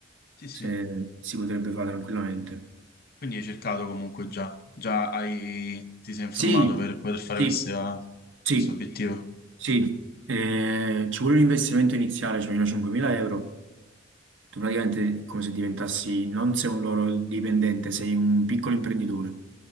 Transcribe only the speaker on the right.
se si potrebbe fare tranquillamente.
Sì,
sì.
Sì,
sì, eh, ci vuole un investimento iniziale, ci vogliono 5.000 euro. Tu praticamente è come se diventassi, non sei un loro dipendente, sei un piccolo imprenditore,